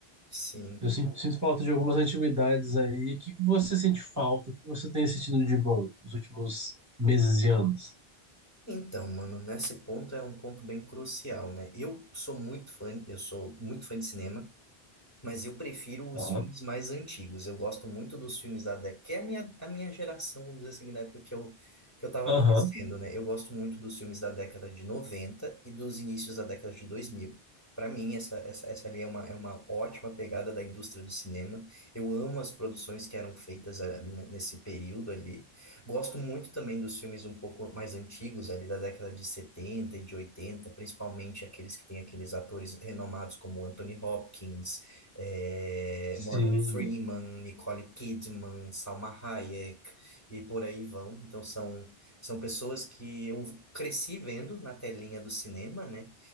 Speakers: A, on the left; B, on the right.
A: Sim.
B: Eu sin- sinto, falta de algumas antiguidades aí. O que que você sente falta? O que você tem sentido de bom nos últimos meses e anos?
A: Então, mano, nesse ponto é um ponto bem crucial, né? Eu sou muito fã, eu sou muito fã de cinema. Mas eu prefiro os
B: Aham,
A: filmes mais antigos. Eu gosto muito dos filmes da década, que é a minha, a minha geração, vamos dizer assim, na época que eu, que eu tava
B: aham,
A: crescendo, né? Eu gosto muito dos filmes da década de 90 e dos inícios da década de 2000. Para mim, essa, essa, essa ali é uma, é uma ótima pegada da indústria do cinema. Eu amo as produções que eram feitas eh, n- nesse período ali. Gosto muito também dos filmes um pouco mais antigos, ali da década de 70 e de oitenta principalmente aqueles que têm aqueles atores renomados como Anthony Hopkins, é,
B: sim.
A: Morgan Freeman, Nicole Kidman, Salma Hayek e por aí vão. Então são, são pessoas que eu cresci vendo na telinha do cinema, né?